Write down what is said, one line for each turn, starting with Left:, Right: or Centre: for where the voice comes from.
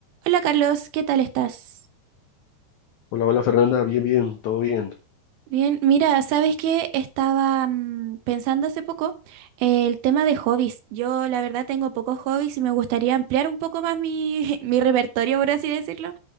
Right: Hola Carlos, ¿qué tal estás?
Left: Hola, hola Fernanda, bien, bien, todo bien.
Right: Bien, mira, ¿sabes qué? Estaba mm, pensando hace poco eh, el tema de hobbies. Yo la verdad tengo pocos hobbies y me gustaría ampliar un poco más mi, <laughs> mi repertorio, por así decirlo,